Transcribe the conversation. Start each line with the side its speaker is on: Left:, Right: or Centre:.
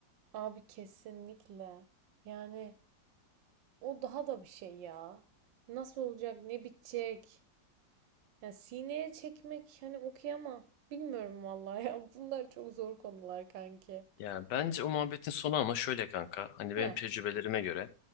Right: Abi kesinlikle. Yani o daha da bir şey ya. Nasıl olacak, ne bitecek? Ya sineye çekmek hani okuyama. Bilmiyorum vallahi ya. <laughs> Bunlar çok zor konular kanki.
Left: Ya bence o muhabbetin sonu ama şöyle kanka. Hani
Right: Ha,
Left: benim tecrübelerime göre